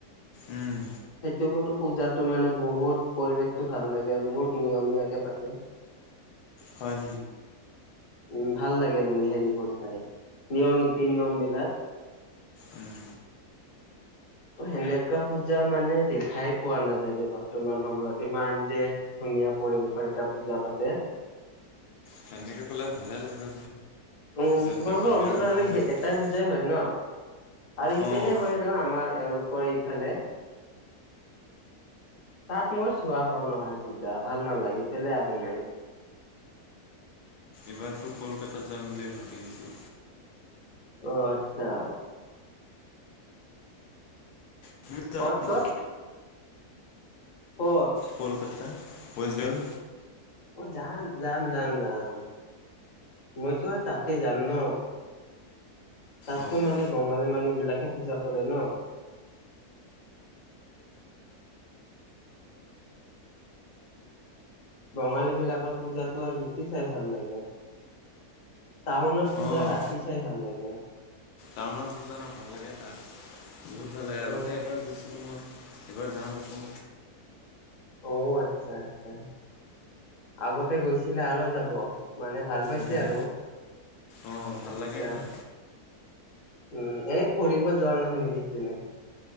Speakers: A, on the left; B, on the left.
A: উম,
B: সেইটোতো পূজাতো মানে বহুত পৰিৱেশতটো ভাল লাগে আৰু বহুত নিয়মীয়াকে পাতে।
A: হয়
B: উ ভাল লাগে মানে হেৰিবোৰ চাই নিয়ম নীতি নিয়ম বিলাক
A: উম,
B: সেনেকুৱা পূজা মানে দেখাই পোৱা নাযায় দে বৰ্তমান সময়ত। ইমান যে ধুনীয়া পৰিৱেশৰ এটা পূজা পাতে।
A: সেনেকে ক'লে ভালে লাগে
B: উম
A: যে
B: তোমালোকৰ
A: বাহিৰৰ
B: অঞ্চলত
A: পৰা
B: আৰু
A: এনেকে
B: এটাই
A: কয়।
B: পুজাই হয় ন আৰু ইপেনে
A: অ'
B: হয় ন আমাৰ। এওঁলোকৰ ইফালে তাত মই চোৱা হ নহয় পূজা ভাল নালাগেফেে আহো মই।
A: এবাৰতো কলকাতাত যাম বুলি ভাবি আছোঁ।
B: অ 'আচ্ছা
A: তুমিও যাবা
B: কত
A: নেকি?
B: -কত ক'ত
A: কলকাতা ৱেষ্টডেল।
B: অ' যাম -যাম -যাম -যাম মইতো তাতে যাম ন তাততো
A: অ'
B: মানে বঙালী মানুহ বিলাকে পূজা কৰে ন বঙালী বিলাকৰ পূজাতটো আৰু বেছি চাই ভাল লাগে টাউনত পূজা
A: অ'
B: ৰাতি চাই ভাল লাগে।
A: টাউনৰ পূজা ভাল লাগে তাত। বহুত ভাল লাগে আগতে
B: অ
A: এবাৰ গৈছিলো মই। এইবাৰ যাম আকৌ।
B: অ' আচ্ছা -আচ্ছা আগতে গৈছিলে আৰু যাব মানে ভাল পাইছে
A: উম,
B: আৰু
A: অ' ভাল
B: আচ্ছা।
A: লাগে তাত।
B: উম এনে ফুৰিব যোৱা নহয় নেকি সেইপিনে!